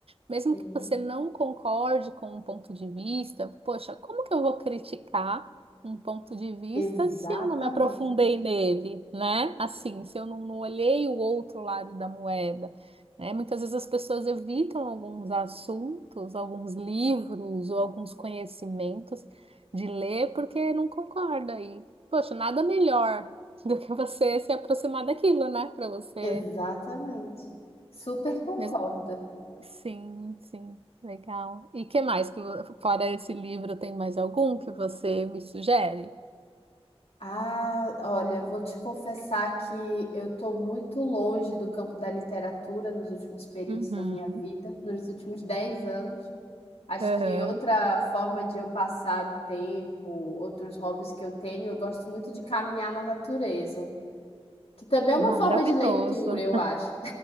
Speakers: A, on the right (about 65°); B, on the left (about 70°).
A: Mesmo
B: Sim,
A: que você não concorde com um ponto de vista, poxa, como que eu vou criticar um ponto de vista
B: exatamente.
A: se eu não me aprofundei nele, né? Assim, se eu não, não olhei o outro lado da moeda, né? Muitas vezes as pessoas evitam alguns assuntos, alguns livros ou alguns conhecimentos de ler porque não concorda. E, poxa, nada melhor do que você se aproximar daquilo, né? Para você
B: Exatamente. Super concordo.
A: mesmo. Sim, sim, legal. E que mais que vo- fora esse livro tem mais algum que você me sugere?
B: Ah, olha, vou te confessar que eu estou muito longe do campo da literatura nos últimos períodos
A: Uhum,
B: da minha vida, nos últimos 10 anos. Acho
A: uhum.
B: que outra forma de eu passar o tempo, outros hobbies que eu tenho, eu gosto muito de caminhar na natureza, que também
A: Maravilhoso.
B: é uma forma de leitura, eu acho.